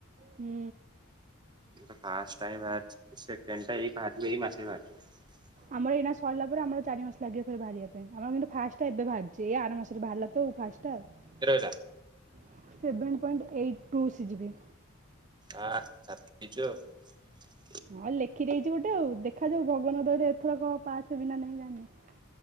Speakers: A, on the right (about 35°); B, on the right (about 20°).
A: ହୁଁ।
B: ଏଇଟା ଫାର୍ଷ୍ଟ ଟାଇମ ବାହାରିଚି। ସେକେଣ୍ଡ ଟା ଏଇ ବାହାରିବ ଏଇ ମାସ ବାହାରିଯିବ।
A: ଆମର ଏଇନା ସରିଲା ପରେ ଆମର ଚାରି ମାସ ଲାଗିବ ଫେରେ ବାହାରିବା ପାଇଁ ଆମର କିନ୍ତୁ ଫାଷ୍ଟଟା ଏବେ ବାହାରିଚି। ଏଇ ଆର ମାସରେ ବାହାରିଲା ତ ଫାଷ୍ଟ। ଟା
B: କେତେ ରହିଲା
A: ସେଭେନ୍ ପଏଣ୍ଟ ଏଇଟ୍ ଟୁ ସି ଯିବି।
B: ଆ ରାମପି ଦେଇଚୁ ଆଉ।
A: ହଁ ଲେଖିଦେଇଚି ଗୋଟେ ଆଉ। ଦେଖାଯାଉ ଭଗବନ ଦୟାରେ ଏଥର କ ପାସ ହେବିନା ନାଇଁ ଜାଣିନି।